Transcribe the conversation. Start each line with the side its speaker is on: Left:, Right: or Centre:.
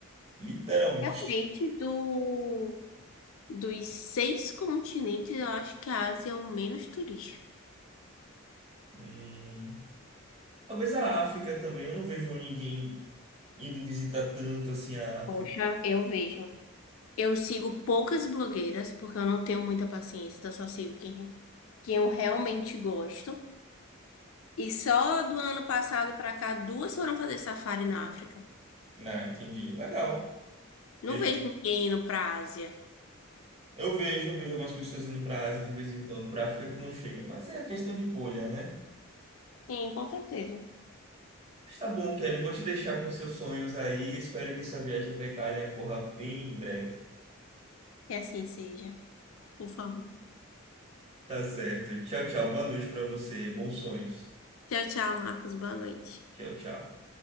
Right: Literalmente.
Left: Realmente,
Right: <laughs>
Left: do, dos seis continentes, eu acho que a Ásia é o menos turístico.
Right: Hum, talvez a África também. Eu não vejo ninguém indo visitar tanto assim a África.
Left: Poxa, eu vejo. Eu sigo poucas blogueiras, porque eu não tenho muita paciência, então eu só sigo quem, quem eu realmente gosto. E só do ano passado pra cá, duas foram fazer safari na África.
Right: Ah, entendi. Legal.
Left: Não
Right: Eu,
Left: vejo ninguém indo pra Ásia.
Right: eu vejo, eu vejo algumas pessoas indo pra Ásia de vez em quando, pra África que não chega. Mas é a questão de bolha, né?
Left: Sim, com certeza.
Right: Mas tá bom, Kelly. Vou te deixar com seus sonhos aí. Espero que essa viagem pra Itália corra bem em breve.
Left: Que assim seja. Por favor.
Right: Tá certo. Tchau, tchau. Boa noite pra você. Bons sonhos.
Left: Tchau, tchau, Marcos. Boa noite.
Right: Tchau, tchau.